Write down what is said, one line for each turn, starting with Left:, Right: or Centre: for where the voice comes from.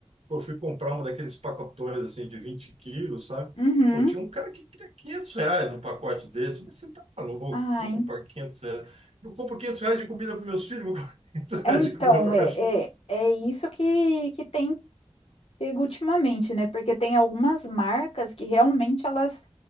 Right: Pô, eu fui comprar um daqueles pacotões assim de 20 quilos, sabe?
Left: Uhum.
Right: Pô, tinha um cara que queria 500 reais num pacote desse. Mas você tá maluco?
Left: Ah,
Right: Eu
Left: en-
Right: não pagar 500 reais. Eu compro 500 reais de comida para meus filhos, vou comprar <laughs> 500
Left: é,
Right: reais
Left: então,
Right: de comida para
Left: é,
Right: cachorro.
Left: é, é isso que, que tem pego ultimamente, né? Porque tem algumas marcas que realmente elas.